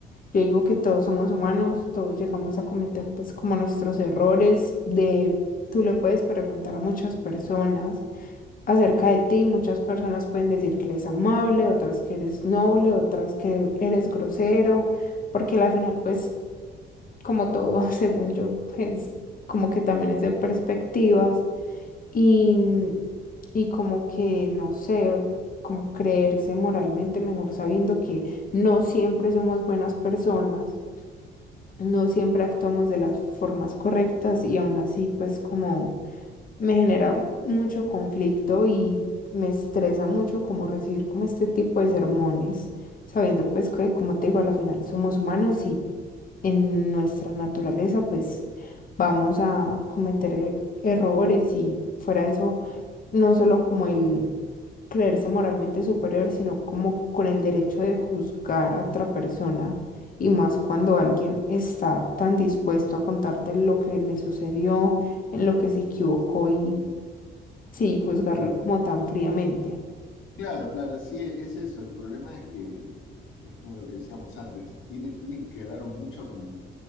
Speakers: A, on the left; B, on the left.
A: yo digo que todos somos humanos, todos llegamos a cometer pues como nuestros errores de... Tú le puedes preguntar a muchas personas acerca de ti, muchas personas pueden decir que eres amable, otras que eres noble, otras que eres grosero, porque al final pues como todo, <laughs> según yo, pues como que también es de perspectivas. Y, y como que, no sé, o como creerse moralmente mejor sabiendo que no siempre somos buenas personas, no siempre actuamos de las formas correctas y aún así pues como me genera mucho conflicto y me estresa mucho como recibir como este tipo de sermones, sabiendo pues que como te digo, a la final somos humanos y en nuestra naturaleza pues vamos a cometer e- errores y fuera de eso no solo como el creerse moralmente superior, sino como con el derecho de juzgar a otra persona, y más cuando alguien está tan dispuesto a contarte lo que le sucedió, en lo que se equivocó y sí, juzgarlo
B: Claro,
A: como tan fríamente.
B: claro, claro, sí, e- es eso. El problema es que es como lo que decíamos antes, tiene, tiene que ver mucho con